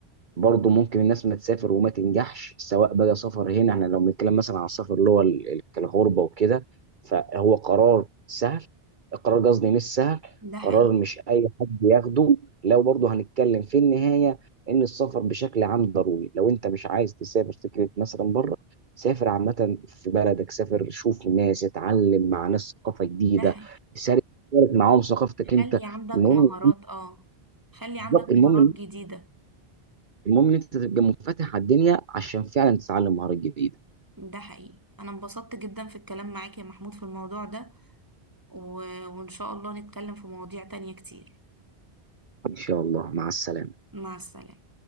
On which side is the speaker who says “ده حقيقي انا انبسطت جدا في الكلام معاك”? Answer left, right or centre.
Right